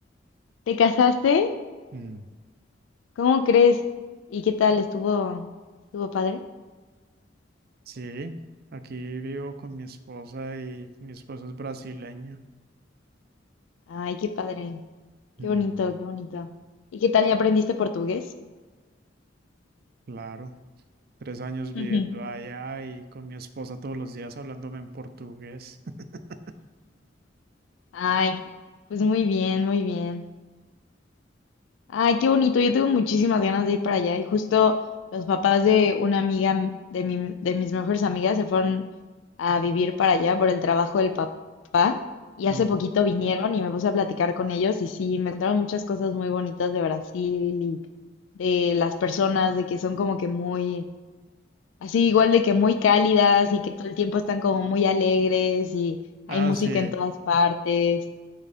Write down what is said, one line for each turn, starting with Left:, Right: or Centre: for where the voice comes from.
Left: ¿Te casaste?
Right: Mm.
Left: ¿Cómo crees? ¿Y qué tal? ¿Estuvo, estuvo padre?
Right: Sí, aquí vivo con mi esposa y mi esposa es brasileña.
Left: Ay, qué padre. Qué
Right: Mm,
Left: bonito, qué bonito. ¿Y qué tal? ¿Ya aprendiste portugués?
Right: claro, tres años viviendo
Left: <laughs>
Right: allá y con mi esposa todos los días hablándome en portugués. <laughs>
Left: Ay, pues muy bien, muy bien. Ay, qué bonito. Yo tengo muchísimas ganas de ir para allá. Y justo los papás de una amiga m- de mi- de mis mejores amigas se fueron a vivir para allá por el trabajo del papá. Y hace
Right: Mm.
Left: poquito vinieron y me puse a platicar con ellos y sí, me contaron muchas cosas muy bonitas de Brasil y de las personas, de que son como que muy, así igual de que muy cálidas y que todo el tiempo están como muy alegres y hay
Right: Ah,
Left: música
Right: sí,
Left: en todas partes.